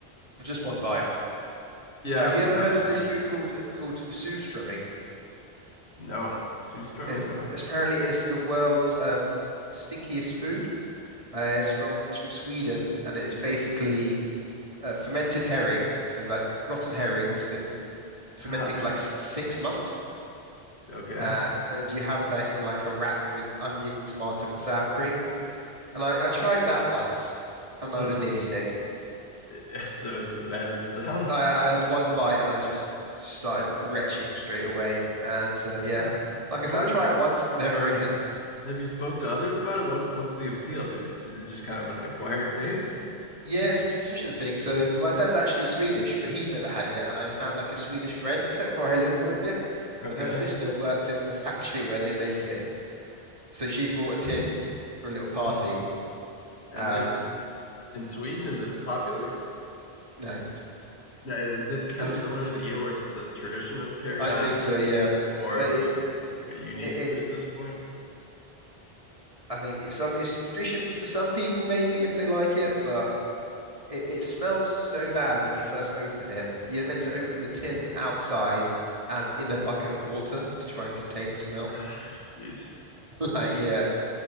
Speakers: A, on the right (about 30°); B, on the left (about 80°).
A: for just one bite.
B: Yeah,
A: Have
B: I would
A: you ever
B: probably
A: heard of
B: be
A: this food called called Surströmming?
B: s- no Surströmming.
A: It,
B: No.
A: it's apparently it's the world's um stinkiest food. Uh, it's from it's from Sweden and it's basically
B: Hmm.
A: uh, fermented herring. So like rotten herring, it's been fermenting
B: Ah,
A: for like s- six months
B: okay.
A: Uh, as you have that in like a wrap with onion, tomato, and sour cream. And I, I tried that once and
B: Hmm.
A: I was nearly sick.
B: <laughs> So it's as bad as it sounds.
A: I, I had one bite and I just, just started retching straight away. And so, yeah,
B: Huh.
A: like
B: What
A: I said, I
B: is
A: try it once, <laughs> never again.
B: Have you spoke to others about it? What's what's the appeal, dude? Is it just kind of an acquired taste?
A: Yeah, it's a traditional thing. So my dad's actually Swedish, but he's never had it. And I found like a Swedish friend <laughs> where I lived for a bit,
B: Okay.
A: and her sister worked in the factory where they make it. So she brought a tin for a little party.
B: Hmm. And
A: Um,
B: in in Sweden, is it popular?
A: no,
B: Yeah, Is it
A: <laughs>
B: kind of similar to the eel, where it's just a tradition that's carried
A: I
B: on
A: think
B: and
A: so, yeah.
B: more
A: So
B: of
A: it,
B: just like a unique
A: it,
B: food
A: it
B: at this point?
A: I think it's some it's tradition for some people maybe if they like it, but it, it smells so bad when you first open it. You're meant to open the tin outside and in a bucket of water to try and contain the smell.
B: <sighs> Ah,
A: <laughs>
B: Jeez.
A: Like, yeah.